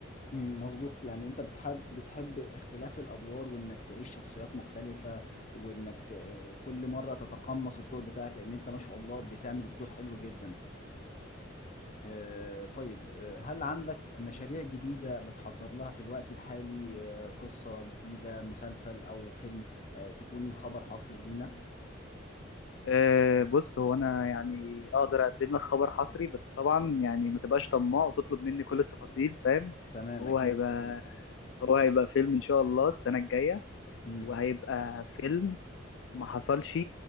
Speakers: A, on the left; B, on the left.
A: مم، مظبوط يعني انت بتحب بتحب اختلاف الادوار وانك تعيش شخصيات مختلفه وانك آه، كل مره تتقمص الدور بتاعك لان انت ما شاء الله بتعمل الدور حلو جدا آه، طيب آه، هل عندك مشاريع جديدة بتحضر لها في الوقت الحالي آه، قصة جديدة مسلسل أو فيلم آه، تكون خبر حاصر لينا؟
B: أه بص هو انا يعني اقدر اقدم لك خبر حصري بس طبعا يعني ما تبقاش طماع وتطلب مني كل التفاصيل فاهم
A: تمام
B: هو
A: أكيد
B: هيبقى
A: أكيد
B: هو هيبقى فيلم ان شاء الله السنه الجايه
A: مم.
B: وهيبقى فيلم ما حصلش